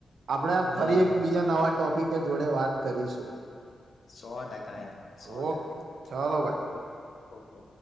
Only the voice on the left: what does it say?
હા
સો ટકા યાર સો
ટકા
ઓ ઓકે.